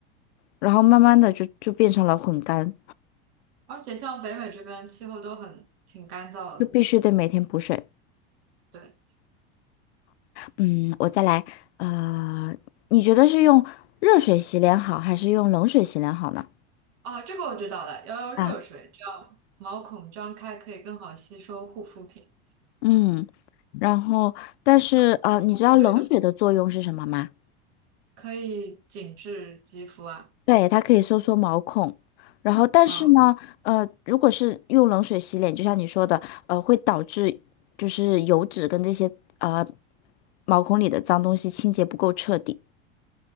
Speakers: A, on the left; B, on the right.
A: 然后慢慢的就就变成了混干，
B: 而且像北美这边气候都很挺干燥的。
A: 就必须得每天补水。
B: 对，
A: 嗯，我再来，呃，你觉得是用热水洗脸好，还是用冷水洗脸好呢？
B: 哦，这个我知道了，要用热水，
A: 啊，
B: 这样毛孔张开可以更好吸收护肤品
A: 嗯，然后但是呃，
B: 啊。哦，
A: 你知道冷水的作用是什么吗？
B: 对的，可以紧致肌肤啊。
A: 对，它可以收缩毛孔。然后，但是呢，
B: 嗯
A: 呃，如果是用冷水洗脸，就像你说的，呃，会导致就是油脂跟这些呃毛孔里的脏东西清洁不够彻底。